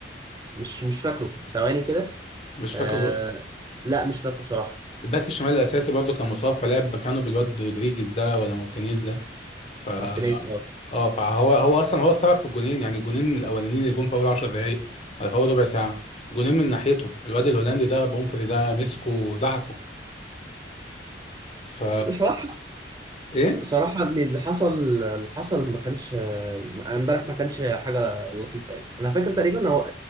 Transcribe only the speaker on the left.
مش
فاكر
الباك الشمال الاساسي برضه كان مصاب فلعب مكانه بالواد رودريجيز ده ولا مارتينيز ده ف
اه فهو هو اصلا هو السبب في الجونين يعني الجونين الاولانيين اللي جم في اول 10 دقائق ولا في اول ربع ساعه جونين من ناحيته الواد الهولندي ده بومفري ده مسكه ودعكه ف
ايه